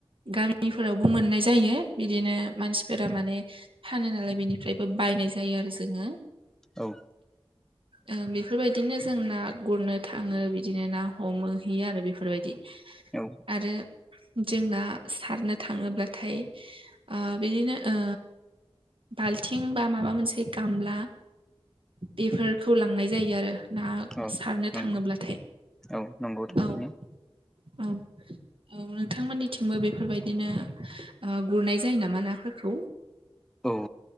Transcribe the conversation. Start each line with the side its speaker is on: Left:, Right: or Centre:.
Right: गामिफोरावबो मोननाय जायो बिदिनो मानसिफोरा माने फानो नालाय बेनिफ्रायबो बायनाय जायो आरो जोङो।
Centre: औ
Right: ओ बेफोरबायदिनो जों ना गुरनो थाङो बिदिनो ना हमोहैयो आरो बेफोरबायदि।
Centre: औ
Right: आरो जोंना सारनो थाङोब्लाथाय बिदिनो ओ बाल्थिं बा माबा मोनसे गामला बेफोरखौ लांनाय जायो आरो। ना
Centre: औ
Right: सारनो
Centre: नंगौ
Right: थाङोब्लाथाय
Centre: औ नंगौ थारैनो
Right: औ औ औ नोंथांमोननिथिंबो बेफोरबायदिनो ओ गुरनाय जायो नामा नाफोरखौ?
Centre: औ